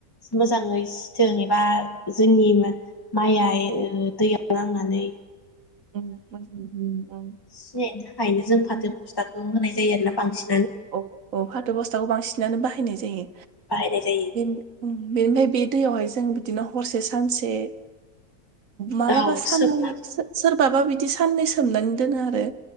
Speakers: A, on the left; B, on the right.
A: मोजाङै
B: औ
A: सिथों एबा जोंनि माइया ओ दैयाव नांनानै
B: <inaudible>
A: सिनायनि थाखायनो जों फाथो
B: उम
A: बस्थाखौ होनाय जायो आरोना बांसिन
B: औ औ फाथो बस्थाखौ बांसिनानो बा हायनाय जायो
A: बाहायनाय जायो
B: बेन बिनिफाय बे दैयावहाय जों बिदिनो हरसे सानसे मालाबा
A: औ
B: साननै
A: सोमना
B: सो-सोरबाबा बिदि साननै सोमनानै दोनो आरो